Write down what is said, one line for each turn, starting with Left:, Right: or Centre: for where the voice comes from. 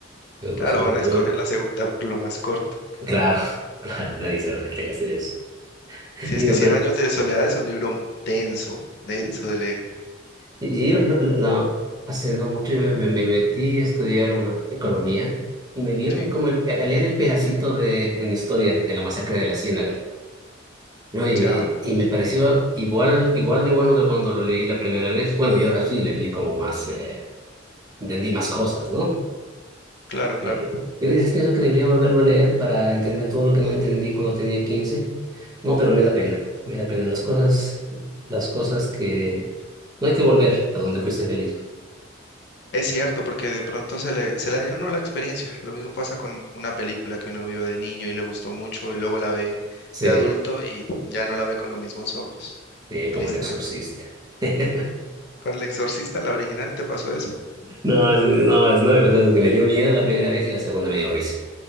Right: eh,
Left: Claro,
Right: pues como
Left: van
Right: que
Left: a escoger
Right: no.
Left: la segunda, lo más corto.
Right: claro, <laughs> claro, nadie se va a querer hacer eso.
Left: Si es
Right: Digo,
Left: que Cien
Right: pero
Left: años de soledad es un libro denso, denso
Right: eh,
Left: de leer,
Right: y yo lo- lo- lo- hace no mucho yo me, me- me metí a estudiar una economía y me dieron
Left: ¿sí?
Right: como el, a leer el pedacito de, en historia de la masacre de la Ciénaga, ¿no? Y,
Left: Ya,
Right: y me pareció igual, igual de bueno que cuando lo leí la primera vez. Bueno, y ahora sí le di como más, eh, entendí más cosas, ¿no?
Left: claro, claro.
Right: Eh, Yo a veces pienso que debería volverlo a leer para entender todo lo que no entendí cuando tenía 15. No, pero me da pena, me da pena las cosas, las cosas que no hay que volver a donde fuiste feliz.
Left: Es cierto, porque de pronto se le, se le daña a uno la experiencia. Lo mismo pasa con una película que uno vio de niño y le gustó mucho y luego la ve
Right: Sí,
Left: de adulto y ya no la ve con los mismos ojos,
Right: sí, como
Left: tristemente.
Right: el exorcista. <laughs>
Left: ¿Con El Exorcista, la original, te pasó eso?
Right: No, es, no, es, no, o sea, es que me dio miedo la primera vez y la segunda me dio risa.